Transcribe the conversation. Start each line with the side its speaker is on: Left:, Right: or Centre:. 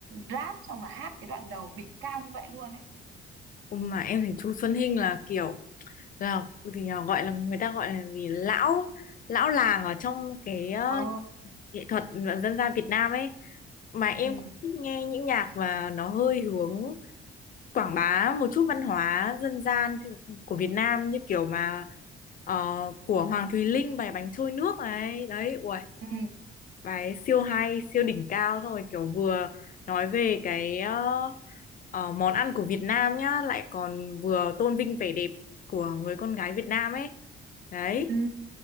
Right: rap xong là hát cái đoạn đầu đỉnh cao như vậy luôn ấy
Left: Ừ, mà em thấy chú Xuân Hinh là kiểu là thì là gọi là người ta gọi là gì lão lão làng ở trong cái ờ,
Right: ờ
Left: nghệ thuật dân gian Việt Nam ấy mà em
Right: ừ
Left: cũng thích nghe những nhạc và nó hơi hướng quảng bá một chút văn hóa dân gian thì- của Việt Nam như kiểu mà ờ, của Hoàng Thùy Linh bài bánh trôi nước này đấy ui
Right: ừ
Left: bài ấy siêu hay siêu đỉnh cao xong rồi kiểu vừa nói về cái ờ, ờ, món ăn của Việt Nam nhá lại còn vừa tôn vinh vẻ đẹp của người con gái Việt Nam ấy đấy
Right: ừ